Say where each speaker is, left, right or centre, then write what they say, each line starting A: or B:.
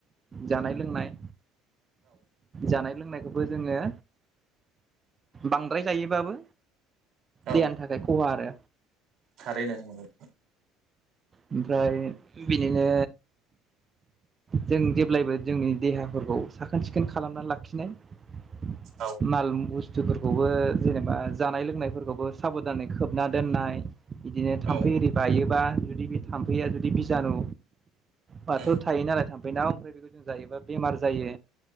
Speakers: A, on the right; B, on the right.
A: जानाय लोंनाय। जानाय लोंनायखौबो जोङो बांद्राय जायोबाबो
B: औ
A: देहानि थाखाय ख'हा आरो।
B: थारैनो <unintelligible>
A: ओमफ्राय बिनिनो जों जेब्लायबो जोंनि देहाफोरखौ साखोन सिखोन खालामना लाखिनाय।
B: औ।
A: माल बुस्थुफोरखौबो जेनेबा जानाय लोंनायफोरखौबो साब'धानै खोबना दोननाय। बिदिनो थाम्फै
B: औ
A: एओरि बायोबा जुदि बे थाम्फैया जुदि बिजानु बाथ'
B: उम
A: थायो नालाय थांफै न ओमफ्राय बेखौ जों जायोबा बेमार जायो